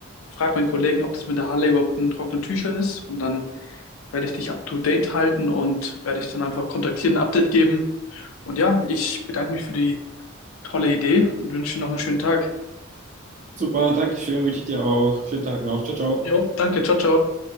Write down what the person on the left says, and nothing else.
frage meinen Kollegen, ob das mit der Halle überhaupt in trockenen Tüchern ist. Und dann werde ich dich up to date halten und werde dich dann einfach kontaktieren, ein Update geben. Und ja, ich bedanke mich für die tolle Idee und wünsche dir noch einen schönen Tag.
Jo, danke, ciao, ciao.